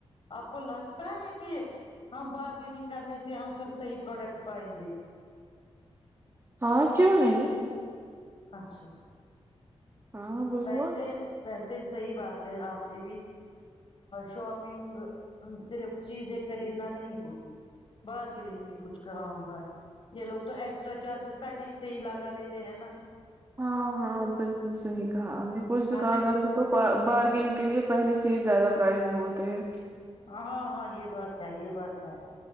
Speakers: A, on the left; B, on the right.
A: آپ کو لگتا ہے کہ ہم بارگیننگ کرنے سے ہم پھر صحیح پروڈکٹ پائیں گے
B: ہاں کیوں نہیں
A: اچھا
B: ہاں بالکل
A: ویسے ویسے صحی بات ہے آپ کی بھی شاپ شگ صرف چیزیں خریدنا نہیں ہوتی بارگیننگ بھی کچھ کام ہے یہ لوگ تو ایکسٹرا چارجز پہلے ہی سے ہی لگا لیتے ہیں نا
B: ہاں ہاں
A: تو
B: بالکل صحی کہاں ہم نے کچھ دکاندار
A: ہمیں
B: کو تو بارگینگ کے لیے پہلے سے ہی زیادہ پرائز بولتے ہیں
A: ہاں ہاں یہ بات ہے یہ بات ہے